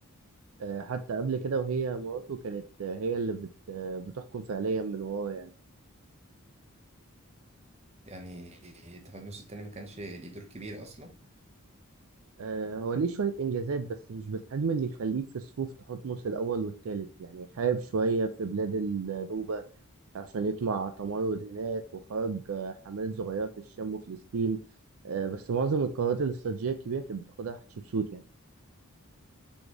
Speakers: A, on the right; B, on the right.
A: آه، حتى قبل كده وهي مراته كانت آه، هي اللي بت آه، بتحكم فعليا من وراه يعني
B: يعني تهطمس التاني ما كانش ليه دور كبير اصلا
A: آه، هو ليه شوية إنجازات بس مش بالحجم اللي يخليه في صفوف تحتمس الأول والتالت يعني حارب شوية في بلاد النوبة عشان يطمع تمرد هناك وخرج آه، حملات صغيرة في الشام وفلسطين آه، بس معظم القرارات الاستراتيجية الكبيرة كانت بتاخدها حتشبسوت يعني